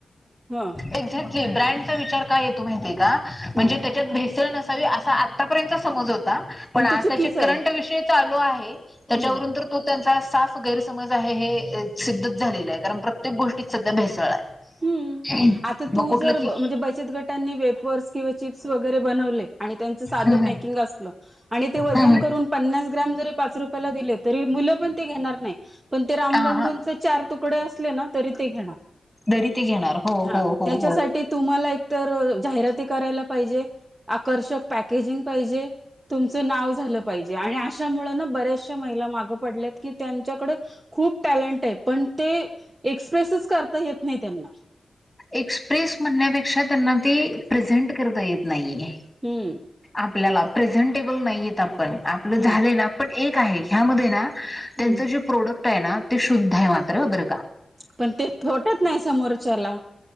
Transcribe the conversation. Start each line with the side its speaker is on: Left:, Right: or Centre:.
Right: ह
Centre: एक्झॅक्ट <unintelligible> ब्रँडचा विचार का येतो माहितीये का म्हणजे
Right: हम्म
Centre: त्याच्यात भेसळ नस सावी असं आतापर्यंत समज होता पण आता
Right: तो चुकीचा
Centre: ची करंट
Right: आहे
Centre: विषय चालू आहे.
Right: हम्म
Centre: त्याच्यावरून तर तो त्यांचा साफ गैरसमज आहे हे. सिद्धच झालेलं आहे कारण प्रत्येक गोष्टीत सध्या भेसळ आहे.
Right: हम्म.
Centre: मग
Right: आता तू
Centre: कुठलं
Right: जर म्हणजे
Centre: की
Right: बचत गटांनी वेपर्स किंवा चिप्स वगैरे बनवले आणि त्याचं साध
Centre: हम्म
Right: <unintelligible> पॅकिंगला असलं आणि ते वजन
Centre: हम्म
Right: करून पन्नास ग्रॅम जरी पाच रुप पयला दिले तरी मुलं पण ते घेणार नाही पण ते रामबंधूच
Centre: हा
Right: चार तुक कडे असले ना तरी ते घेणार.
Centre: दरी ते घेणार हो
Right: हा
Centre: हो हो
Right: त्याच्यासाठी
Centre: हो
Right: तुम्हाला एक तर जाहिराती करायला पाहिजे आकर्षक पॅकेजिंग पाहिजे. तुमचं नाव झालं पाहिजे आणि अशामुळे ना बऱ्याचशा महिला मागं पडल्यात की त्यांच्याकडे खूप टॅलेंट आहे पण ते एक्सप्रेसच करता येत नाही त्यांना
Centre: एक्सप्रेस म्हणण्यापेक्षा त्यांना ते प्रेझेंट करता येत नाहीे.
Right: हम्म.
Centre: आपल्याला प्रेझेंटेबल नाहीयेत आपण आपलं झालं
Right: हम्म
Centre: ना पण एक आहे ह्यामध्ये ना. त्यांच
Right: हम्म
Centre: जे प्रोडक्ट आहे ना ते शुद्ध आहे मात्र बर.
Right: पण ते पटत नाही समोरच्याला